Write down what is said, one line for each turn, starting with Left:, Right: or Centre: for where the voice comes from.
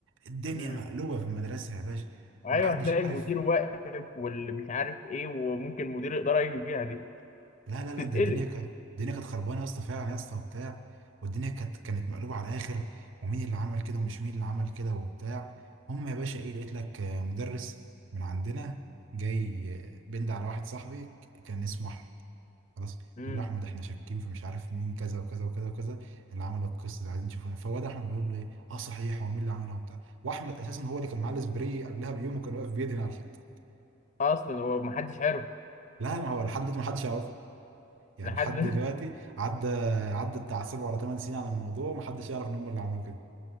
Right: الدنيا
Left: امم
Right: مقلوبه في المدرسه يا باشا
Left: ايوه
Right: محدش
Left: هتلاقي
Right: عارف
Left: المدير واقف واللي مش عارف ايه وممكن مدير الاداره يجي فيها دي
Right: لا لا لا
Left: تتقلب
Right: ده الدنيا كانت الدنيا كانت خربانه يا اسطى فعلا يا اسطى وبتاع والدنيا كانت كانت مقلوبه على الاخر ومين اللي عمل كده ومش مين اللي عمل كده وبتاع هم يا باشا ايه لقيت لك آه، مدرس من عندنا جاي آه، بند على واحد صاحبي ك- كان اسمه احمد خلاص
Left: امم
Right: بيقول له احمد احنا شاكين في مش عارف مين كذا وكذا وكذا وكذا اللي عمل القصه دي عايزين نشوفه فهو ده احمد بيقول له ايه اه صحيح هو مين اللي عملها وبتاع واحمد اساسا هو اللي كان معاه السبراي قبلها بيوم وكان واقف بيدهن على الحيطه
Left: اصلا هو محدش عارف
Right: لا ما هو لحد دلوقتي ما حدش يعرفه يعني
Left: لحد
Right: لحد دلوقتي عدى عدى بتاع سبع ولا ثمان سنين على الموضوع وما حدش يعرف ان هم اللي عملوا كده